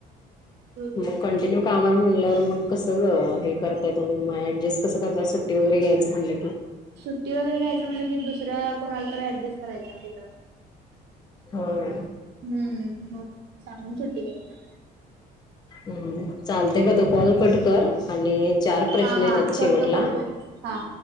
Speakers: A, on the right (about 80°); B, on the left (about 25°).
A: रोजच
B: मग कंटिन्यू
A: काम
B: काम म्हणल्यावर मग कस गं, हे करताय तुम्ही ऍडजस्ट कसं करताय सुट्टी वगैरे घ्यायचं म्हणली की?
A: सुट्टी वगैरे घ्यायचं म्हणलं कि दुसऱ्या कोणाला तर ऍडजेस्टस करायच तिथं.
B: होय.
A: हम्म, मग सागून सुट्टी घायची.
B: हम्, चालतय ब त कॉल कट कर आणि चार प्रश्न
A: हा
B: येतात
A: हा करतो
B: शेवटला.
A: करतो हा.